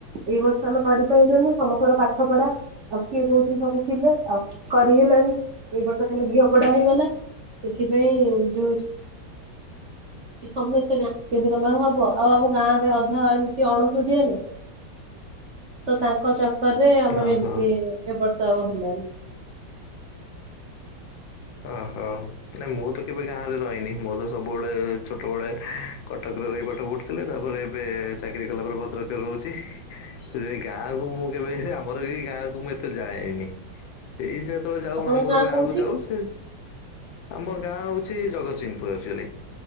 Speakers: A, on the right; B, on the left.
A: ଏଇ ବର୍ଷ ଆମେ କରିପାଇଲୁନି ସମସ୍ତଙ୍କର ପାଠପଢା ଆଉ କିଏ କୋଉଠ ସବୁ ଥିଲେ ଆଉ କରିହେଲାନି। ଏଇ ବର୍ଷ ଖାଲି ଘିଅ ପୋଡା ହେଇଗଲା। ସେଥିପାଇଁ ଯୋଉ ହଉଛି ସମସ୍ତେ <unintelligible> ହବ ଆଉ ଆମ ଗାଁରେ ଅଧା ଏମିତି ଅଣଷୁଧିଆ ତ ତାଙ୍କ ଚକ୍କରରେ ଆମର
B: ଅହ
A: ଏମତି ଏ ବର୍ଷ ଆଉ ହେ <unintelligible>
B: ଓହୋ ନାଇ ମୁଁ ତ କେବେ ଗାଁରେ ରହିନି ମୁଁ ତ ସବୁବେଳେ ଛୋଟବେଳେ କଟକରେ ରହି ପାଠ ପଢୁଥିଲେ ତାପରେ ଏବେ ଚାକିରି କଲା ପରେ ଭଦ୍ରକରେ ରହୁଛି। ସେଥିପାଇଁ ଗାଁକୁ ମୁଁ କେବେ ଆମର ବି ଗାଁକୁ ମୁଁ ଏତେ ଯାଏନି। ସେଇ କେତେବେଳେ ଯାଉ
A: ଆପଣଙ୍କ
B: ମାମୁଘର
A: ଗାଁ
B: ଗାଁକୁ
A: କୋଉଠି?
B: ଯାଉ ସେ ଆମ ଗାଁ ହଉଛି ଜଗତସିଂହପୁର ଆଚୁଆଲି।